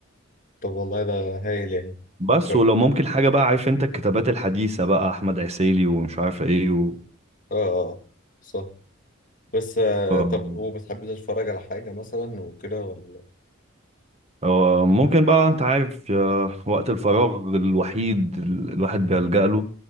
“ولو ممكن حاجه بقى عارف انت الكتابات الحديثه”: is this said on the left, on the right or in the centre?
Right